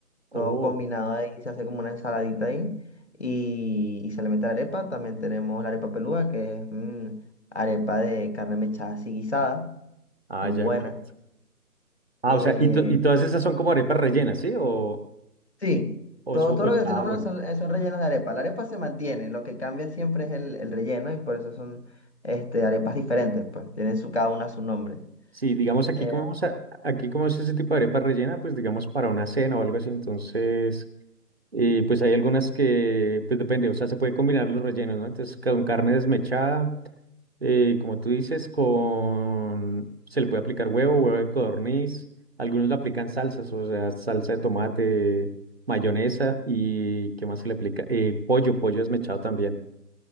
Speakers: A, on the left; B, on the right.
A: todo
B: oh,
A: combinado ahí, se hace como una ensaladita ahí, y, y se le mete la arepa. También tenemos la arepa peluda, que es mm, arepa de carne mechada así guisada,
B: ah,
A: muy
B: ya,
A: buena.
B: correcto. Ah,
A: Eh,
B: o sea, y, to- y todas esas son como arepas rellenas, ¿sí? O...
A: sí,
B: O
A: todo,
B: so-
A: todo lo que estoy
B: ah,
A: nombrando
B: bueno.
A: son, eh, son rellenos de arepa. La arepa se mantiene, lo que cambia siempre es el, el relleno y por eso son este, arepas diferentes, pues tienen su, cada una su nombre.
B: Sí, digamos aquí
A: Eh,
B: comemos, a- aquí comemos ese tipo de arepa rellena, pues digamos para una cena o algo así. Entonces, eh, pues hay algunas que, pues depende, o sea, se puede combinar los rellenos, ¿no? Entonces, con carne desmechada, eh, como tú dices, con, se le puede aplicar huevo, huevo de codorniz. Algunos le aplican salsas, o sea, salsa de tomate, mayonesa y, ¿qué más se le aplica? Eh, pollo, pollo desmechado también.